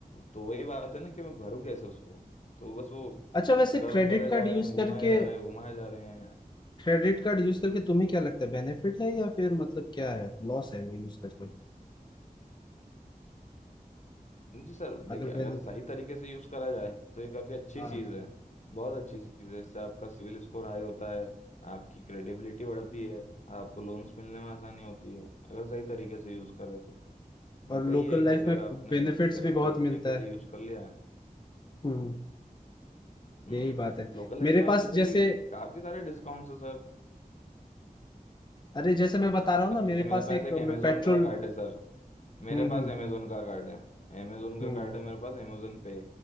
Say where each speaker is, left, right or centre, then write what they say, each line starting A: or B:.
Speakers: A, on the left; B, on the left.
A: तो वही बात है ना कि मैं भरूं कैसे उसको तो बस वो
B: अच्छा वैसे
A: कर्व
B: क्रेडिट
A: करे
B: कार्ड
A: जा रहे
B: यूज
A: हैं घुमाए
B: करके
A: जा रहे हैं घुमाए जा रहे हैं
B: क्रेडिट कार्ड यूज करके तुम्हें क्या लगता है बेनिफिट है या फिर मतलब क्या है लॉस है वो यूज करके
A: जी सर देखिए
B: अगर बेन
A: अगर सही तरीके से यूज़ करा जाए तो ये काफ़ी अच्छी
B: हाँ
A: चीज़ है बहुत अच्छी चीज़ है इससे आपका सिविल स्कोर हाई होता है आपकी क्रेडिबिलिटी बढ़ती है आपको लोन्स मिलने में आसानी होती है अगर सही तरीके से यूज़ करें तो बट
B: और लोकल
A: वही है
B: लाइफ
A: कि अगर
B: में
A: आपने
B: बेनिफिट्स
A: गलत
B: भी बहुत
A: तरीके
B: मिलता
A: से
B: है
A: यूज़ कर लिया है
B: हम्म
A: हम्म
B: यही बात है
A: लोकल लाइफ
B: मेरे
A: में आप
B: पास
A: जैसे
B: जैसे
A: कि काफ़ी सारे डिस्काउंट्स है सर
B: अरे जैसे मैं बता रहा हूँ
A: अब
B: ना मेरे
A: जैसे मेरे
B: पास
A: पास
B: एक
A: एक अमेजोन
B: पेट्रोल
A: का कार्ड है सर मेरे
B: हम्म
A: पास
B: हम्म
A: अमेजोन का कार्ड है अमेजोन
B: हम्म
A: का कार्ड है मेरे पास अमेजोन पे